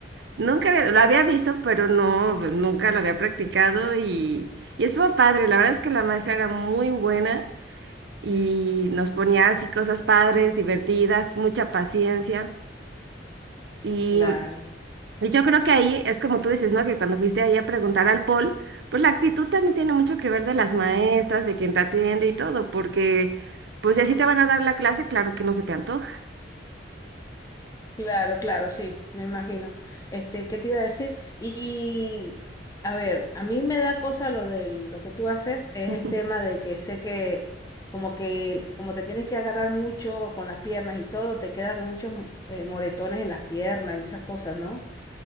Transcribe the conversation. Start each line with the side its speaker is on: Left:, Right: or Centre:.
Right: nunca había- lo había visto, pero no, pues, nunca lo había practicado y, y estuvo padre. La verdad es que la maestra era muy buena y nos ponía así cosas padres, divertidas, mucha paciencia. Y,
Left: claro,
Right: y yo creo que ahí es como tú dices, ¿no? Que cuando fuiste ahí a preguntar al Paul, pues la actitud también tiene mucho que ver de las maestras, de quien te atiende y todo, porque pues si así te van a dar la clase, claro que no se te antoja.
Left: claro, claro, sí, me imagino. Este, ¿qué te iba a decir? Y, a ver, a mí me da cosa lo de lo que tú haces, es
Right: <laughs>
Left: el tema de que sé que como que como te tienes que agarrar mucho con las piernas y todo, te quedan muchos eh, moretones en las piernas y esas cosas, ¿no?